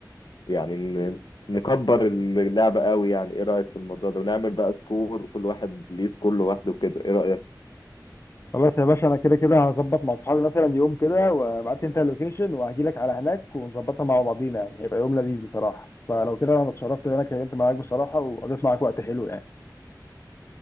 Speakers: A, on the left (about 75°); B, on the left (about 35°).
A: يعني ن- نكبر اللعبة قوي يعني ايه رأيك في الموضوع ده ونعمل بقى سكور وكل واحد ليه سكور لوحده وكده ايه رأيك
B: خلاص يا باشا انا كده كده هظبط مع اصحابي مثلا يوم كده وابعت لي انت اللوكيشن وهجي لك على هناك ونظبطها مع بعضينا يعني هيبقى يوم لذيذ بصراحه فلو كده انا اتشرفت ان انا اتكلمت معاك بصراحه وقضيت معاك وقت حلو يعني